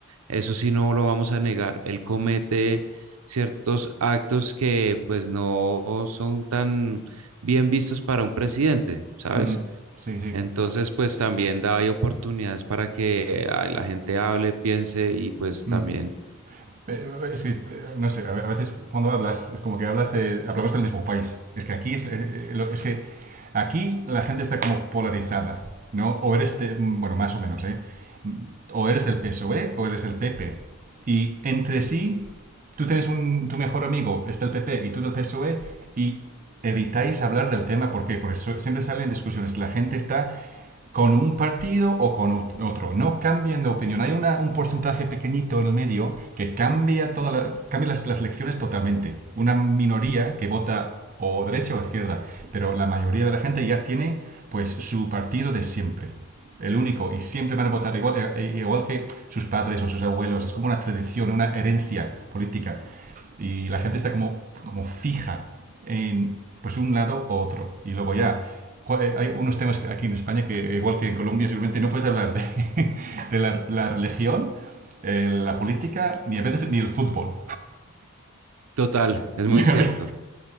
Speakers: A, on the right (about 80°); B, on the right (about 35°).
A: eso sí no lo vamos a negar, él comete ciertos actos que pues no son tan bien vistos para un presidente, ¿sabes?
B: mm, sí, sí.
A: Entonces, pues también da ahí oportunidades para que ay, la gente hable, piense y pues
B: mm.
A: también,
B: Eh, Es que, eh, no sé, a veces cuando hablas, es como que hablas de, hablamos del mismo país. Es que aquí es, eh, eh, es que aquí la gente está como polarizada, ¿no? O eres, de- mm, bueno, más o menos, ¿eh? o eres del PSOE o E o eres del PP. Y entre sí, tú tienes un, tu mejor amigo, es del PP y tú del PSOE, y evitáis hablar del tema porque por eso siempre salen discusiones. La gente está con un partido o con otro. No cambian de opinión. Hay una- un porcentaje pequeñito en el medio que cambia, toda la- cambia las, las elecciones totalmente. Una minoría que vota o derecha o izquierda, pero la mayoría de la gente ya tiene pues su partido de siempre. El único, y siempre van a votar igual, eh, eh, igual que sus padres o sus abuelos. Es como una tradición, una herencia política y la gente está como, como fija en pues un lado u otro. Y luego ya, eh, hay unos temas aquí en España que, igual que en Colombia, seguramente no puedes hablar de, <laughs> de la, la religión, eh, la política, ni a veces ni el fútbol.
A: total,
B: <laughs>
A: es muy
B: ¿sabes?
A: cierto.